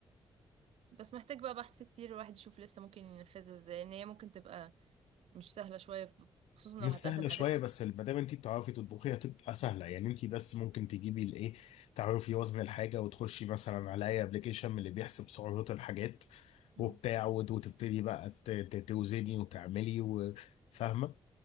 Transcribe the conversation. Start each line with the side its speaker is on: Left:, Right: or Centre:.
Right: بس محتاج بقى بحث كتير الواحد يشوف لسه ممكن ينفذها ازاي لأن هي ممكن تبقى مش سهلة شوية في- خصوصا لو
Left: مش
Right: هتقدم
Left: سهله
Right: حاجات
Left: شويه
Right: في
Left: بس ما دام انت بتعرفي تطبخي هتبقى سهله يعني انت بس ممكن تجيبي الايه تعرفي وزن الحاجه وتخشي مثلا على اي ابلكيشن من اللي بيحسب سعرات الحاجات وبتاع
Right: أمم.
Left: وت- وتبتدي بقى ت- ت- توزني وتعملي و- فاهمه